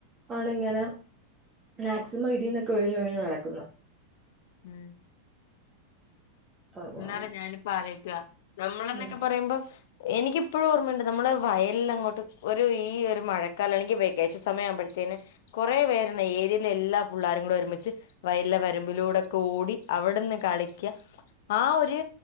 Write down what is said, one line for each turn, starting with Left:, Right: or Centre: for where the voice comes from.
Right: ആണ് ഇങ്ങനെ മാക്സിമം ഇതിൽന്നൊക്കെ ഒഴിഞ്ഞ് ഒഴിഞ്ഞഞ് നടക്കുന്നു
Left: ഉം
Right: അതാണ്
Left: എന്നാല ഞാനിപ്പോ ആലോക്കുക നമ്മള എന്നൊക്കെ
Right: ഉം
Left: പറയുമ്പോ എനിക്കിപ്പോഴും ഓർമ്മയുണ്ട് നമ്മള് വയല അങ്ങോട്ട് ഒരു ഈ ഒരു മഴക്കാലം ആണെങ്കിൽ വെക്കേഷൻ സമയ ആവുമ്പോഴത്തേനന് കുറെേ പേരാണ് ഏരിയയിലെ എല്ലാ പിള്ളാരും കൂടെ ഒരുമിച്ച് വയലിലെ വരുമ്പിലൂടെൊക്കെ ഓടി അവിടെന്ന് കളിക്ക ആ ഒരു